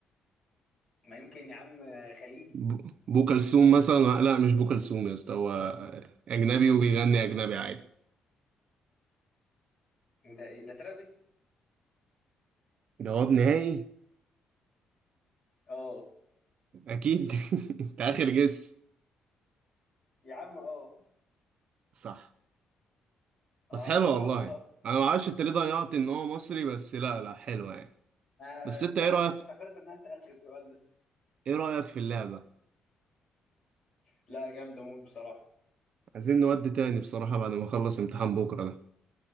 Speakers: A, on the left; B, on the right.
A: ما يمكن يا عم خليجي
B: ب- بو كلثوم مثلا لا مش بو كلثوم يا اسطى هو اجنبي وبيغني اجنبي عادي
A: ده إيه؟ ده ترافيس
B: جواب نهائي
A: اه
B: اكيد <laughs> انت اخر جس
A: يا عم اه
B: صح
A: اه
B: بس حلوة والله يعني. انا ما اعرفش انت ليه ضيعت ان هو مصري بس لا لا حلوة يعني
A: أنا
B: بس انت
A: اتسحلت
B: ايه رأيك
A: افتكرت ان انا سألت السؤال ده
B: ايه رأيك في اللعبة
A: لا جامد اموت بصراحة
B: عايزين نودي تاني بصراحة بعد ما اخلص امتحان بكرة ده